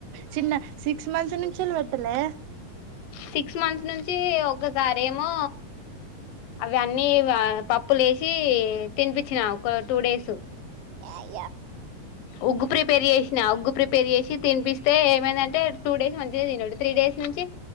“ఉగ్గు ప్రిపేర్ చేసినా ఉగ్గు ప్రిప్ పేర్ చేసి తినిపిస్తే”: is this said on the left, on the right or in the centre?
Left